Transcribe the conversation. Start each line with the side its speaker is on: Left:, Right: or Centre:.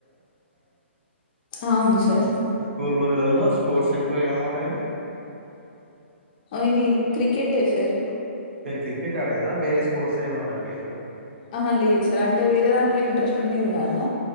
Left: అవును సార్
Right: ఎస్ స్కూల్ రోజులాల లో స్పోర్ట్స్ ఎక్కువ ఏం ఆడేది
Left: ఇది క్రికెట్ ఏ సార్
Right: పేరు క్రికెట్ ఆడేదా వేరే స్పోర్ట్స్ ఎం అడట్లేరుద
Left: ఆహ లేదు సార్ అంటే వేరే దాంట్లో ఇంట్రెస్ట్ ఉండేది కాదు